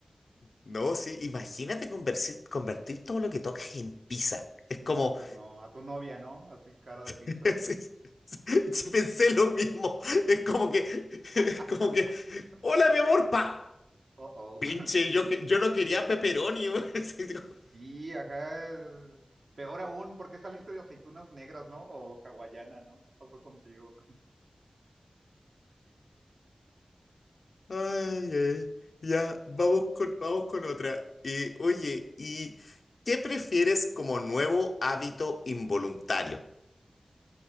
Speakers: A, on the left; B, on the right.
A: No, sí, imagínate convertir, convertir todo lo que tocas en pizza. Es como,
B: No, pues no, a tu novia, ¿no? Así cara de pizza.
A: <laughs> es- es- es- pensé lo mismo. Es como que,
B: <laughs>
A: es como que, hola, mi amor, pa.
B: Uh-oh.
A: Pinche,
B: <laughs>
A: yo, que- yo no quería pepperoni. <laughs>
B: Sí, ajá. Peor aún, ¿por qué saliste de aceitunas negras, no? O hawaiana, ¿no? ¿Qué pasó contigo?
A: Ay, ay. Ya, vamos con, vamos con otra. Eh, oye, ¿y qué prefieres como nuevo hábito involuntario?